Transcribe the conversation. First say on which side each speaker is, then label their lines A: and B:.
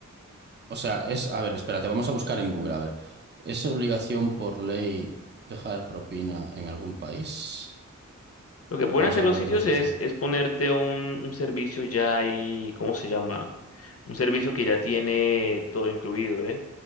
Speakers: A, on the right; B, on the left.
A: o sea, es, a ver, espérate, vamos a buscar en Google, a ver, ¿es obligación por ley dejar propina en algún país?
B: lo que pueden
A: Vamos
B: hacer
A: a ver
B: los
A: lo
B: sitios
A: que nos dice.
B: es, es ponerte un, un servicio ya ahí, ¿cómo se llama? Un servicio que ya tiene todo incluido, ¿eh?